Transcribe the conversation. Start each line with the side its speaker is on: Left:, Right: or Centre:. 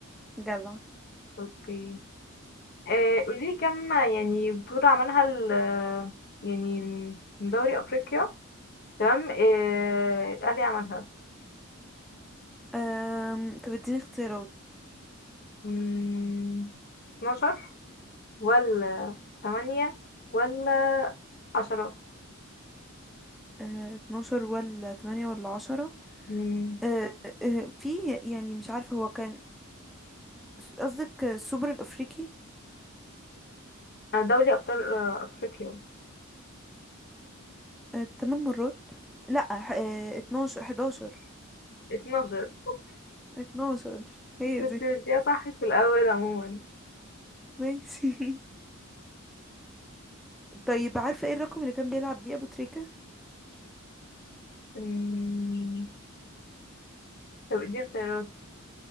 Centre: جدع
Left: اوكي آه، قولي لي كم يعني بطولة عملها ال يعني من دوري افريقيا تمام آه، الاهلي عملها
Centre: أم... طب اديني اختيارات
Left: مم، 12 ولا تمانية ولا عشرة
Centre: آه، 12 ولا 8 ولا 10
Left: مم.
Centre: آه، آه، في يعني مش عارفة هو كان قصدك السوبر الأفريقي
Left: أنا دولي أبطال آه، أفريقيا
Centre: آه، 8 مرات لا ح- آه، 12 11
Left: اتناشر <laughs>
Centre: 12 هي
Left: كنت
Centre: دي
Left: بديها صح في الأول عموما
Centre: ماشي <laughs> طيب عارفة ايه الرقم اللي كان بيلعب بيه أبو تريكة
Left: مم. طب اديني اختيارات